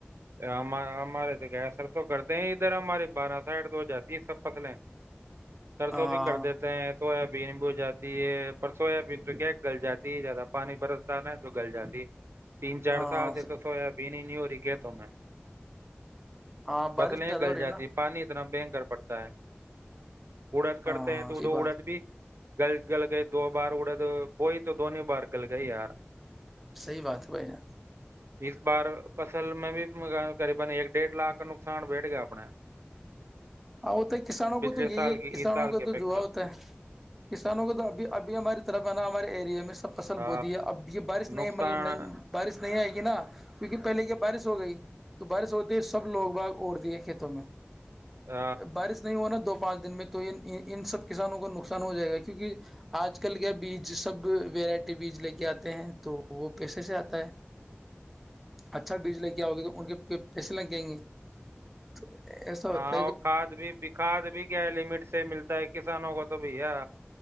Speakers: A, on the right; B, in the centre.
A: ہم ہمارے تو کیا سر تو کرتے ہیں ادھر ہماری بارہ سائٹ تو ہو جاتی ہیں سب فصلیں سرسوں
B: ہاں
A: بھی کر دیتے ہیں تو ہے بین ب جاتی ہے پر سویابین تو کیا گل جاتی ہے زیادہ پانی برستا ہے نا تو گل جاتی تین چار
B: ہاں
A: سال سے تو سوب نی ج کیا تو میں
B: ہاں
A: بسل
B: بارش زیادہ
A: گل
B: ہو رہی
A: جاتی
B: ہے نا
A: پانی اتنا بینک پڑتا ہے اڑد کرتے
B: ہاں
A: ہیں تود
B: صحیح بات
A: اڑد
B: ہے
A: بھی گل گل گئی دو بار اڑے تو وہی تو دنی بار گل گئی یار
B: صحی بات ہے بھائی جان
A: اس بار فصل میں بھی مگا قریبا ایک ڈیھ لاکھ کا نقصان بیٹھ گیا اپنا
B: ہاں ہوتا ہے کسانوں
A: پچھلے
B: کو تو یہی
A: سال
B: ہے
A: کی
B: کسانوں
A: اس سال
B: کا
A: کی اپیکشا
B: تو جوا ہوتا ہے کسانوں کا تو ابھی ابھی ہماری طرف ہے نا ہمارے ایریا میں سب اصل
A: آ،
B: بو دی ہے اب یہ بارش
A: نقصان
B: نہیں مطلب نہیں بارش نہیں آئے گی نا کیکہ پہلے کیا بارش ہو گئی تو بارش ہوتے سب لوگ باگ اوڑ دیے کھیتوں میں
A: آ،
B: بارش نہیں ہونا دوپہ پانچ دن میں تو ان سب کسانوں کو نقصان ہو جائے گا کیونکہ آج کل کیا بیج سب ویرائٹی بیج لے کے آتے ہیں تو وہ پیسے سے آتا ہے اچھا بیج لے کے آؤ گے تو ان کے پیسے لگ جائیں گے تو ای ست
A: اور کھاد بھی کھاد بھی کیا ہے لپٹتے ملتے ہیں کسانوں کو تو بھیا